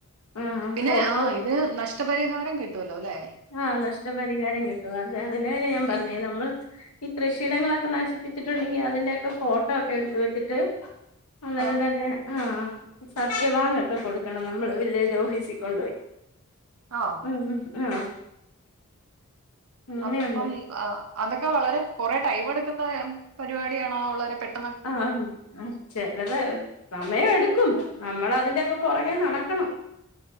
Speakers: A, on the left; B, on the right.
A: ആ
B: പിന്നെ
A: ഫോട്ടോസ്
B: ആഇത് <unintelligible> നഷ്ട്ടപരിഹാരം കിട്ടുവല്ലോല്ലേ
A: ആ നഷ്ട്ടപരിഹാരം കിട്ടും അതെ അതിന്റെകാര്യവാ ഞാൻ പറഞ്ഞെ
B: ഈ
A: നമ്മള് ഈ കൃഷിയിടങ്ങളൊക്കെ നശിപ്പിച്ചിട്ടുണ്ടെങ്കി അതിന്റെയൊക്കെ ഫോട്ടോ ഒക്കെ എടുത്ത് വെച്ചിട്ട് അതൊക്കെതന്നെ
B: ആഹ്
A: ആ സത്യവാങ്ഒക്കെ കൊടുക്കണം നമ്മള് വില്ലേജോഫീസി കൊണ്ടോയി
B: ആഹ്.
A: ഉം ഉം ആ അങ്ങനെയുണ്ട്
B: അപ്പം ആ അതൊക്കെ വളരെ കൊറെ ടൈം എടുക്കുന്നെ പരിവാടിയാണോ വളരെ <unintelligible>
A: ആ ആ ചെലത് സമയെടുക്കും നമ്മളതിന്റെയൊക്കെ പൊറകെ നടക്കണം